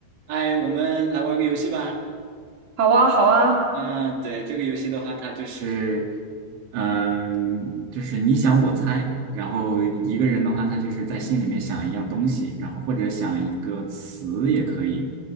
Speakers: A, on the right (about 70°); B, on the right (about 20°).
A: 哎，我们来玩个游戏吧。
B: 好啊，好啊，
A: 嗯、对，这个游戏的话，它就是，嗯，就是你想我猜，然后一个人的话，他就是在心里面想一样东西，然后或者想一个词也可以，